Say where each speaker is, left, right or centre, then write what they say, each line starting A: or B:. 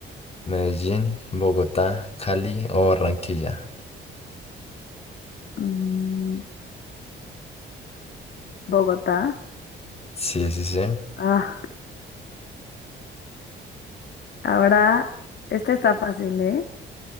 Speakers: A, on the left; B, on the left.
A: Medellín, Bogotá, Cali o Barranquilla.
B: Mm, Bogotá.
A: Sí, sí, sí.
B: Ah, ahora, esta está fácil, ¿eh?